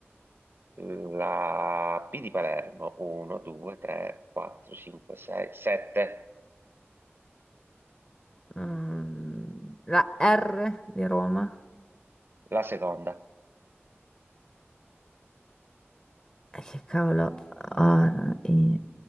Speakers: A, on the right (about 55°); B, on the left (about 20°).
A: La P di Palermo, 1, 2, 3, 4, 5, 6, 7,
B: mm, la R di Roma.
A: la seconda.
B: E che cavolo, R, I,